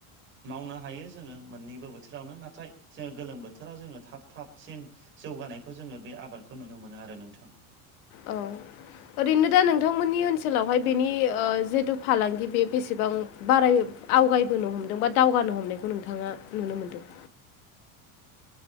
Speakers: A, on the right; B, on the left.
A: मावनो हायो जोङो मोननैबो बोथोरावनो नाथाय जोङो गोलोम बोथोराव जोङो थाब थाबसिन जौगानायखौ जोङो बे आबादखौ नुनो मोनो आरो नोंथां
B: औ ओरैनो दा नोंथांमोननि ओनसोलावहाय बेनि जिहेथु फालांगि बे बेसेबां बाराय आवगायबोनो हमदों बा दावगानो हमनायखौ नोंथाङा नुनो मोनदों।